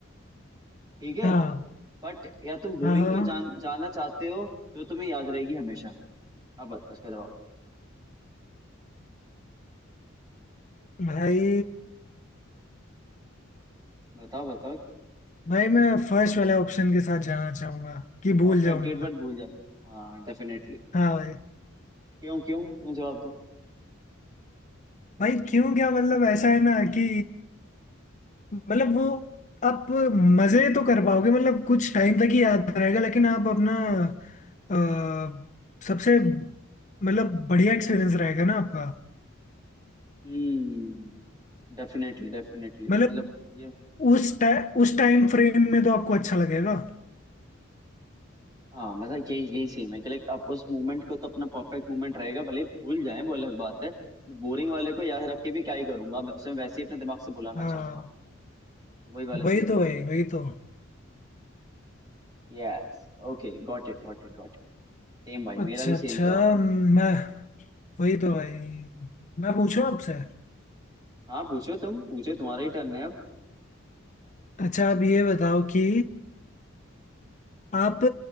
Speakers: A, on the right; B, on the left.
A: ठीक है
B: हाँ
A: बट या तुम बोरिंग
B: हाँ हाँ
A: पे जान, जाना चाहते हो जो तुम्हें याद रहेगी हमेशा अब बताओ उसका जवाब दो।
B: भाई
A: बताओ बताओ
B: भाई मैं फर्स्ट वाले ऑप्शन के साथ जाना चाहूंगा कि
A: परफेक्ट
B: भूल जाऊंगा
A: डेट बट भूल जाते हैं। हाँ डेफिनेटली
B: हाँ भाई
A: क्यों क्यों क्यों जवाब दो
B: भाई क्यों क्या मतलब ऐसा है ना कि मतलब वो आप मजे तो कर पाओगे मतलब कुछ टाइम तक ही याद रहेगा लेकिन आप अपना अ, सबसे मतलब बढ़िया एक्सपीरियंस रहेगा ना आपका
A: हम्म डेफिनेटली डेफिनेटली मतलब
B: मतलब
A: ये
B: उस टाइ उस टाइम फ्रेम में तो आपको अच्छा लगेगा
A: हाँ मतलब यही यही सेम है कि लाइक आप उस मोमेंट को तो अपना परफेक्ट मोमेंट रहेगा भले ही भूल जाए वो अलग बात है बोरिंग वाले को याद रख के भी क्या ही करूंगा मैं उसे वैसे ही अपने दिमाग से भुलाना
B: हाँ
A: चाहूंगा तो वही वाला
B: वही
A: सीन है
B: तो भाई वही तो
A: Yes Okay got it got it got it Same भाई
B: अच्छा
A: मेरा भी
B: अच्छा
A: सेम जवाब है
B: मैं वही तो भाई मैं पूछूं आपसे
A: हाँ पूछो तुम पूछो तुम्हारा ही टर्न है अब
B: अच्छा आप ये बताओ कि आप